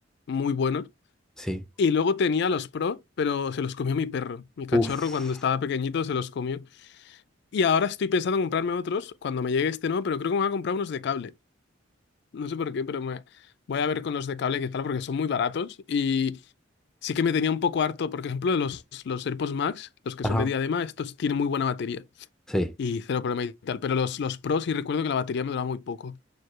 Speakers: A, on the left; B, in the centre.
A: muy buenos.
B: Sí.
A: Y luego tenía los Pro, pero se los comió mi perro. Mi cachorro
B: Uf,
A: cuando estaba pequeñito se los comió. Y ahora estoy pensando en comprarme otros cuando me llegue este nuevo, pero creo que me voy a comprar unos de cable. No sé por qué, pero me voy a ver con los de cable qué tal, porque son muy baratos. Y sí que me tenía un poco harto, por ejemplo, de los, los AirPods Max, los que
B: Ajá.
A: son de diadema, estos tienen muy buena batería
B: sí,
A: y cero problema y tal. Pero los, los Pro sí recuerdo que la batería me duraba muy poco.